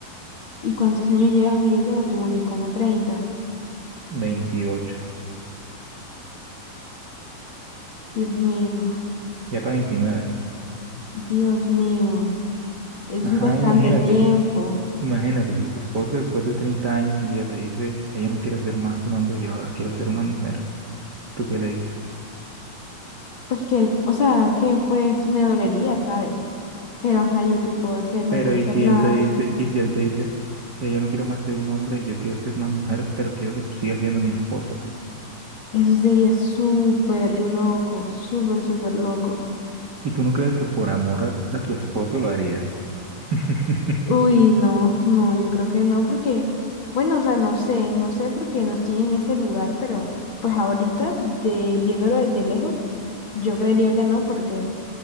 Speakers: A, on the left; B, on the right.
A: ¿Y cuántos años llevan ellos de matrimonio? Como treinta
B: 28,
A: Dios mío,
B: ya para 29.
A: Dios mío, eso
B: Ajá,
A: es bastante
B: imagínate,
A: tiempo.
B: imagínate si tu esposo después de 30 años un día te dice, ya yo no quiero ser más un hombre, yo ahora quiero ser una mujer. ¿Tú qué le dices?
A: Pues que, él- o sea, que pues me dolería, ¿sabes? Pero ajá, ¿yo qué puedo hacer? No
B: Pero
A: puedo
B: y
A: hacer
B: si
A: nada.
B: él te dice, y si él te dice, ya yo no quiero más ser un hombre, yo quiero ser una mujer, pero quiero que tú sigas siendo mi esposa.
A: Eso sería súper loco, súper, súper loco.
B: Y tú no crees que por amor a, a tu esposo lo harías. <laughs>
A: Uy, no, no, yo creo que no, porque, bueno, o sea, no sé, no sé porque no estoy en ese lugar, pero pues ahorita, de, viéndolo desde lejos, yo creería que no, porque